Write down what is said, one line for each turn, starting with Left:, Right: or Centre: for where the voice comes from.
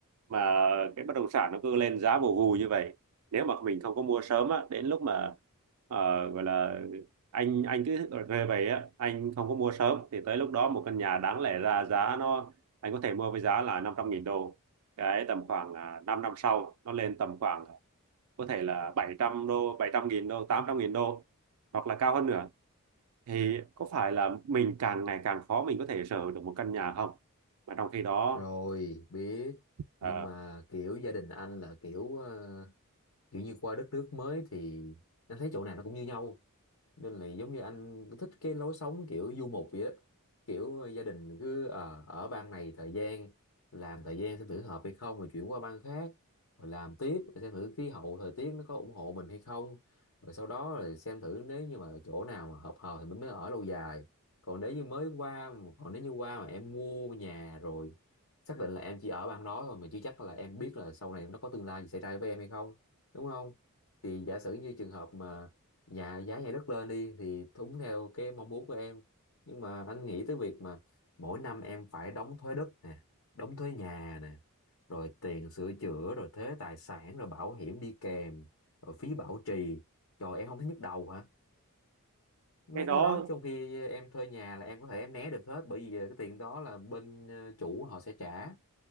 Right: mà cái bất động sản nó cứ lên giá vù vù như vậy nếu mà mình không có mua sớm á đến lúc mà ờ, gọi là anh anh cứ ở thuê về á anh không có mua sớm thì tới lúc đó một căn nhà đáng lẽ ra giá nó anh có thể mua với giá là năm trăm nghìn đô cái tầm khoảng à, 5 năm sau nó lên tầm khoảng à, có thể là 700 đô bảy trăm nghìn đô tám trăm nghìn đô hoặc là cao hơn nữa thì có phải là mình càng ngày càng khó mình có thể sở hữu được một căn nhà không mà trong khi đó
Left: rồi biết
Right: ờ,
Left: nhưng mà kiểu gia đình anh là kiểu ờ, kiểu như qua đất nước mới thì anh thấy chỗ nào nó cũng như nhau nên là giống như anh thích cái lối sống kiểu du mục vậy đó kiểu gia đình cứ ờ, ở bang này thời gian làm thời gian xem thử hợp hay không rồi chuyển qua bang khác rồi làm tiếp rồi xem thử khí hậu thời tiết nó có ủng hộ mình hay không rồi sau đó rồi xem thử nếu như mà chỗ nào mà hợp hợp thì mình mới ở lâu dài còn nếu như mới qua còn nếu như qua mà em mua nhà rồi xác định là em chỉ ở bang đó thôi mình chưa chắc là em biết là sau này nó có tương lai gì xảy ra với em hay không đúng không thì giả sử như trường hợp mà dạ giá nhà đất lên đi thì đúng theo cái mong muốn của em nhưng mà anh nghĩ tới việc mà mỗi năm em phải đóng thuế đất nè đóng thuế nhà nè rồi tiền sửa chữa rồi thuế tài sản rồi bảo hiểm đi kèm rồi phí bảo trì trời em không thấy nhức đầu hả mấy
Right: cái đó
Left: cái đó trong khi em thuê nhà là em có thể em né được hết bởi vì cái tiền đó là bên ờ, chủ họ sẽ trả